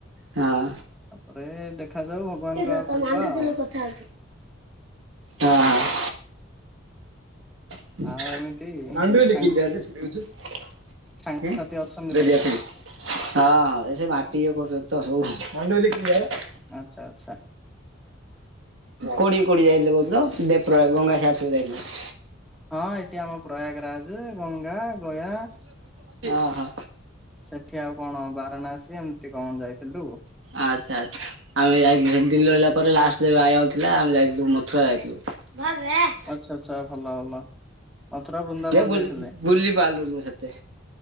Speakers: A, on the right; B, in the centre.
A: ହଁ।
B: ତାପରେ ଦେଖାଯାଉ ଭଗବାନଙ୍କ
A: <unintelligible>
B: ଆଉ
A: ହଁ
B: କୃପା ଆଉ
A: ହଁ <unintelligible>
B: ଆଉ ଏମିତି
A: ହଁ
B: ସାଙ୍ଗ
A: ହଁ ଏ
B: ସାଙ୍ଗସାଥି
A: ସେ
B: ଅଛନ୍ତି ବୋଧେ
A: ମାଟି ଇଏ କରୁଛନ୍ତି ତ ସବୁ
B: ଆଚ୍ଛା ଆଚ୍ଛା।
A: କୋଡି କୋଡି ଯାଇଥିଲେ କହୁଥିଲ ଦେବ ପ୍ରୟଗ <unintelligible> ଯାଇଥିଲେ।
B: ହଁ ଏଠି ଆମ ପ୍ରୟାଗରାଜ ଗଙ୍ଗା ଗୟା
A: ଓହୋ
B: ସେଠି ଆଉ କଣ ବାରାଣାସୀ ଏମିତି କଣ ଯାଇଥିଲୁ।
A: ଆଚ୍ଛା ଆଚ୍ଛା ଆମେ ଯାଇଥିଲୁ ସେ ଦିଲ୍ଲୀ ରହିଲା ପରେ ଲାଷ୍ଟ <unintelligible> ଥିଲା ଆମେ ଯାଇଥିଲୁ ମଥୁର ଯାଇଥିଲୁ। <unintelligible>
B: ଆଚ୍ଛା ଆଚ୍ଛା ଭଲ ଭଲ। ମଥୁରା ବୃନ୍ଦାବନ
A: କେ ବୁଲି
B: ଯାଇଥିଲେ
A: ବୁଲିପାରିଲିନୁ ସେତେ